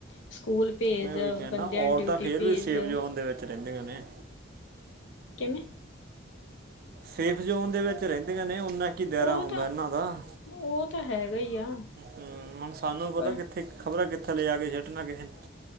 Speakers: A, on the left; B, on the right.
A: ਸਕੂਲ ਭੇਜ
B: ਮੈਂ ਉਹੀ ਕਹਿੰਨਾ
A: ਬੰਦਿਆਂ
B: ਔਰਤਾਂ
A: ਨੂੰ ਡਿਊਟੀ
B: ਫੇਰ
A: ਭੇਜ
B: ਵੀ ਸੇਫ ਜ਼ੋਨ ਦੇ ਵਿੱਚ ਰਹਿੰਦੀਆਂ ਨੇ।
A: ਕਿਵੇਂ?
B: ਸੇਫ ਜ਼ੋਨ ਦੇ ਵਿੱਚ ਰਹਿੰਦੀਆਂ ਨੇ, ਓਨਾ ਕੀ ਦਾਇਰਾ
A: ਉਹ
B: ਹੁੰਦਾ
A: ਤਾਂ
B: ਇਹਨਾਂ ਦਾ।
A: ਉਹ ਤਾਂ ਹੈਗਾ ਈ ਆ।
B: ਹਮ, ਹੁਣ ਸਾਨੂੰ ਪਤਾ
A: ਪਰ
B: ਕਿੱਥੇ ਖਬਰਾਂ ਕਿੱਥੇ ਲਜਾ ਕੇ ਸਿੱਟਣਾ ਕਿਸੇ ਨੇ।